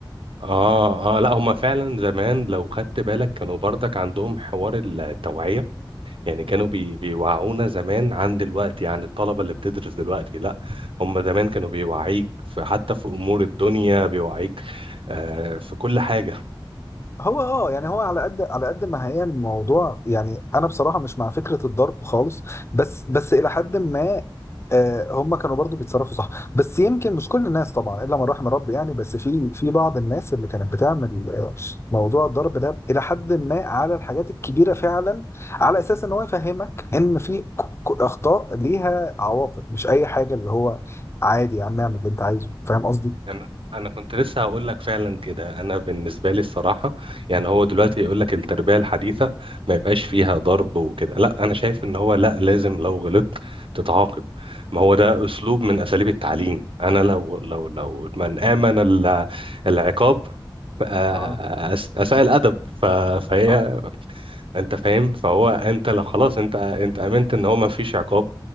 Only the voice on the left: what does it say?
هو اه يعني هو على قد على قد ما هي الموضوع يعني انا بصراحه مش مع فكره الضرب خالص بس بس الى حد ما آه هم كانوا برضو بيتصرفوا صح بس يمكن مش كل الناس طبعا الا من رحم ربي يعني بس في في بعض الناس اللي كانت بتعمل آه، موضوع الضرب ده الى حد ما على الحاجات الكبيره فعلا على اساس ان هو يفهمك ان في ك- ك- اخطاء ليها عواقب مش اي حاجه اللي هو عادي يا عم اعمل اللي انت عايزه فاهم قصدي؟
مم.
اه
صح